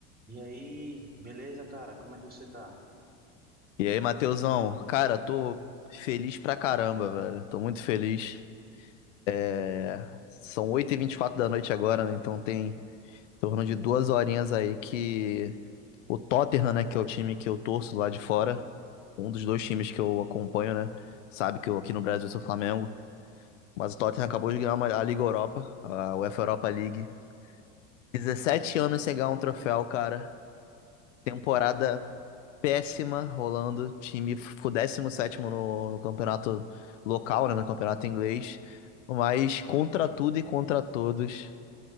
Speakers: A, on the right; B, on the left.
A: E aí, beleza, cara? Como é que você tá?
B: E aí, Matheusão? Cara, tô feliz pra caramba, velho. Tô muito feliz. É... São oito e vinte e quatro da noite agora, né? Então tem em torno de duas horinhas aí que o Tottenham, né, que é o time que eu torço lá de fora, um dos dois times que eu acompanho, né? Sabe que eu aqui no Brasil sou Flamengo. Mas o Tottenham acabou de ganhar uma- a Liga Europa, a UEFA Europa League. 17 anos sem ganhar um troféu, cara. Temporada péssima rolando. O time ficou 17º no, no campeonato local, né, no campeonato inglês. Mas contra tudo e contra todos,